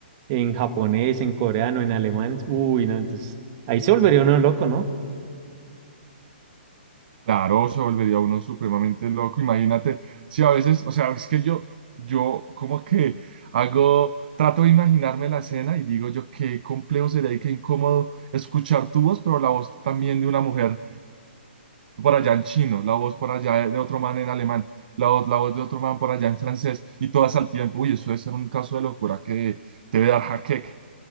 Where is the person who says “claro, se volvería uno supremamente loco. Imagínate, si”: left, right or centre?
Right